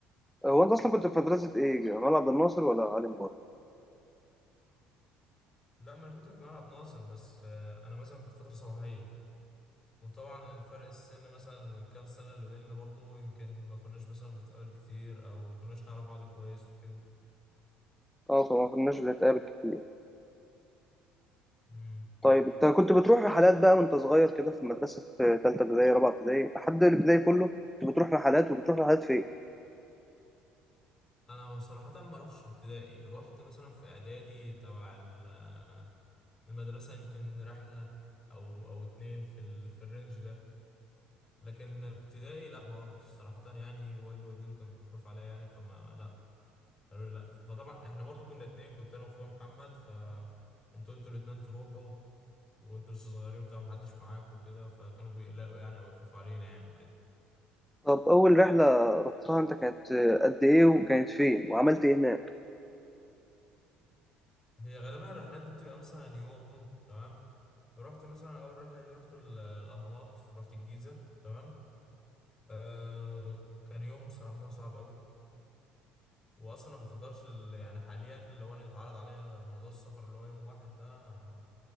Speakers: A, in the centre; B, on the left.
A: هو أنت أصلا كنت في مدرسة إيه؟ جمال عبد الناصر ولا علي مبارك؟
B: لا ما انا كنت في جامعة عبد الناصر بس آه، انا مثلا كنت في فترة صباحية وطبعا فرق السن مثلا الكام سنة اللي بيننا برضه يمكن ما كناش مثلا بنتقابل كتير او ما كناش نعرف بعض كويس وكده
A: أه طبعا ما كناش بنتقابل كتير
B: مم.
A: طيب أنت كنت بتروح رحلات بقى وأنت صغير كده في المدرسة في تالتة ابتدائي رابعة ابتدائي لحد الابتدائي كله كنت بتروح رحلات وبتروح رحلات فين؟
B: انا صراحة ما رحتش في ابتدائي رحت مثلا في اعدادي تبع ال- المدرسة يمكن رحلة او او اتنين في ال... في الرينج ده لكن ابتدائي لا ما رحتش صراحة يعني والدي ووالدتي كانوا بيخافوا عليا يعني فما لا قالوا لي لا فطبعا احنا برضو كنا اتنين كنت انا واخويا محمد ف انتوا انتوا الاتنين تروحوا وانتوا لسه صغيرين وبتاع محدش معاك وكده فكانوا بيقلقوا يعني او يخافوا علينا يعني وكده
A: طب أول رحلة رحتها أنت كانت آه، قد إيه وكانت فين؟ وعملت إيه هناك؟
B: هي غالبا الرحلات دي بتبقى مثلا يوم تمام رحت مثلا اول رحله دي رحت ال- الاهرامات رحت الجيزه تمام آه كان يوم صراحه صعب قوي واصلا ما بفضلش ال- يعني حاليا لو انا اتعرض عليا موضوع السفر اللي هو يوم واحد ده آه،